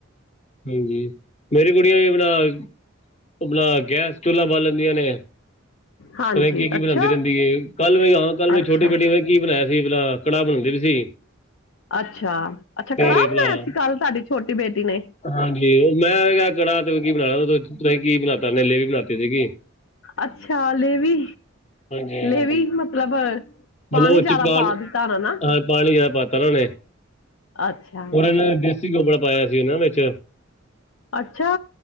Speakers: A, on the left; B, on the left.
A: ਹਾਂਜੀ ਮੇਰੀ ਕੁੜੀਆਂ ਵੀ ਆਪਣਾ-ਆਪਣਾ ਗੈਸ ਚੁੱਲਾ ਬਾਲ ਲੈਂਦੀਆਂ ਨੇ
B: ਹਾਂਜੀ
A: ਪਤਾ ਨਹੀਂ ਕੀ-ਕੀ
B: ਅੱਛਾ
A: ਬਣਾਉਦੀ ਰਹਿੰਦੀ ਏ ਕੱਲ ਵੀ ਆ ਕੱਲ
B: ਅੱਛਾ
A: ਛੋਟੀ ਬੇਟੀ ਨੇ ਕੀ ਬਣਾਇਆ ਸੀ ਆਪਣਾ ਕੜਾਹ ਬਣਾਉਣ ਦੀ ਵੀ ਸੀ।
B: ਅੱਛਾ-ਅੱਛਾ
A: ਤੇ
B: ਕੜਾਹ
A: ਆਪਣਾ
B: ਬਣਾਇਆ ਸੀ ਕੱਲ ਤੁਹਾਡੀ ਛੋਟੀ ਬੇਟੀ ਨੇ
A: ਹਾਂਜੀ ਮੈਂ ਕਿਆ ਕੜਾਹ ਜੋਗੀ ਬਣਾ ਲਓ ਤੁਸੀਂ ਕੀ ਬਣਾਤਾ ਮੇਰੇ ਲਈ ਵੀ ਬਣਾਤੀ ਸੀਗੀ
B: ਅੱਛਾ। ਹਾਲੇ ਵੀ
A: ਹਾਂਜੀ-ਹਾਂਜੀ
B: ਲੇਵੀ ਮਤਲਬ ਪਾਣੀ
A: ਮਤਲਬ ਉੱਚ
B: ਜ਼ਿਆਦਾ
A: ਕੱਲ
B: ਪਾ ਦਿੱਤਾ ਹੋਣਾ ਨਾ
A: ਪਾਣੀ ਜਿਆਦਾ ਪਾ ਤਾ ਉਹਨੇ
B: ਅੱਛਾ।
A: ਉਹਨਾਂ ਨੇ ਡਿਸਟਰਿਕਟ ਕੱਪੜਾ ਪਾਇਆ ਸੀ ਵਿੱਚ
B: ਅੱਛਾ